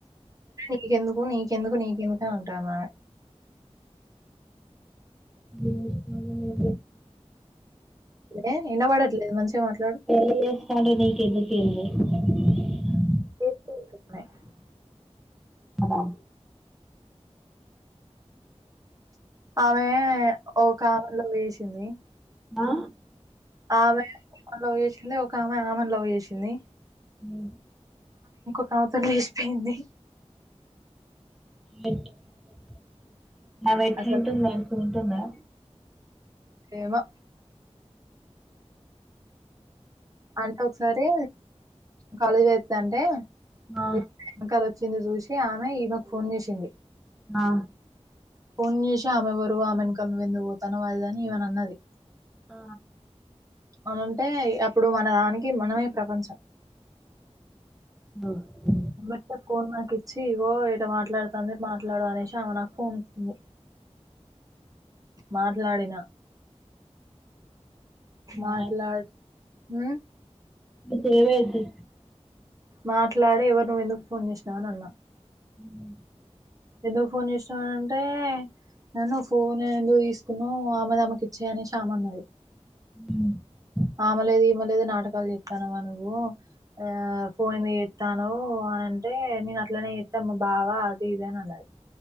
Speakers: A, on the right; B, in the centre.
A: నీకెందుకు నీకెందుకు నీకు కను ఉట్టాన్న <unintelligible>
B: పెళ్లి
A: ఎం వినపడట్లేదు మంచిగా మాట్లా
B: పెళ్లి రేస్పామ్డ్ నీ కేందుకే ఏంబ <unintelligible>
A: ే <unintelligible>
B: అద
A: ఆమె ఓ కామలో వేసింది
B: ఆ
A: ఆమెలో <unintelligible> చేేసింది ఒక ఆమె ఆమెను లవ్ చేేసింది
B: ఊ
A: కావోతే లేచిపోయింది
B: <inaudible> నావి ఎట్లుంటుంది
A: అసలు
B: <inaudible> ఉంటుందా
A: ఏమో అంటే ఒకసారి కాలేజ్ <inaudible> త్తాంటే <inaudible>
B: ఆ,
A: వెనకాల వచ్చింది చూసి ఆమె ఈమె ఫోన్ చేసింది
B: ఆ
A: ఫోన్ చేసి ఆమె ఎవరు ఆమె ఎనుకల నువ్వెందుకు పోతానావ్ అది ఇది అని ఈవెను అన్నది
B: ఆ
A: అని టే అప్పుడు మన దానికి మనమే ప్రపంచం
B: <unintelligible>
A: బట్ ఆ ఫోన్ నాకు ఇచ్చి ఇగో ఇట మాట్లాడుతఆంది మాట్లాడు అనేసి ఆమె నాకు ఫోన్ ఇచ్చింది మాట్లాడినా
B: ఆ,
A: మాట్లా ఊ
B: ఇప్పుడేవైద్ది
A: మాట్లాడి ఎవరు నువ్వు ఎందుకు ఫోన్ చేసినావ్ అని అన్నా
B: ఊ
A: ఎందుకు ఫోన్ చేసినావ్ అని అంటే నన్ను ఫోన్ ఎందుకు తీసుకున్నావ్ ఆమెది ఆమెకి ఇచ్చేయ్ అనేసి ఆమె అన్నది
B: ఊ
A: ఆమె లేదు ఈమె లేదు నాటకాలు చేత్తానావా నువ్వు ఆ ఫోన్ చేత్తానావ్ అని‌అంటే నేను అట్లనే చేత్తాం మా బావ అది ఇది అని అన్నది